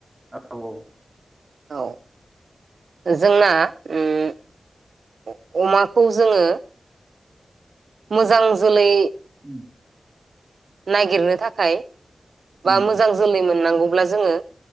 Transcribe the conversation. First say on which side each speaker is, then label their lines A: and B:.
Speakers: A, on the right; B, on the right.
A: औ -औ
B: औ जोंना उम अमाखौ जोङो मोजां जोलै
A: उम
B: नागिरनो थाखाय बा
A: उम
B: मोजां जोलै मोननांगौ अब्ला जोङो